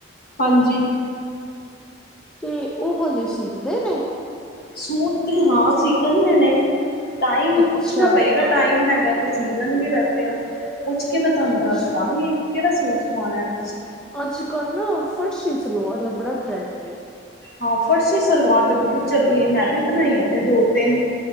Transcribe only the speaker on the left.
ਹਾਂਜੀ।
ਸੂਟ ਤੇ ਹਾਂ, ਸੀ ਦਿੰਦੇ ਨੇਂ। ਟਾਈਮ
ਪੁੱਛਣਾ ਪਏਗਾ ਟਾਈਮ ਹੈਗਾ ਤੇ ਸੀ ਦੇਣਗੇ ਵੈਸੇ ਆ ਪੁੱਛ ਕੇ ਮੈਂ ਤੁਹਾਨੂੰ
ਦੱਸਦਾਂਗੀ। ਕਿਹੜਾ ਸੂਟ ਸਵਾਣਾ ਤੁਸੀ?
ਹਾਂ ਫਰਸ਼ੀ ਸਲਵਾਰ ਤੇ ਬਹੁਤ ਚੱਲੀ ਏ, ਮੈਂ ਵੀ ਬਣਾਈਆਂ ਨੇ ਦੋ ਤਿੰਨ।